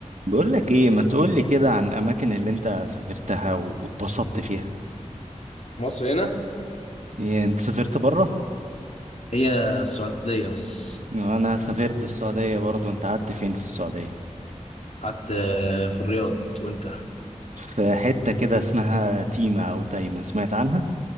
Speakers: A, on the right; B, on the left.
A: بقول لك ايه ما تقول لي كده عن الاماكن اللي انت سافرتها واتبسطت فيها
B: مصر هنا
A: إيه انت سافرت بره
B: هي السعودية بس
A: انا سافرت السعوديه برضو انت قعدت فين في السعوديه
B: قعدت آه، في الرياض وانت
A: في حته كده اسمها تيمه او تايمه سمعت عنها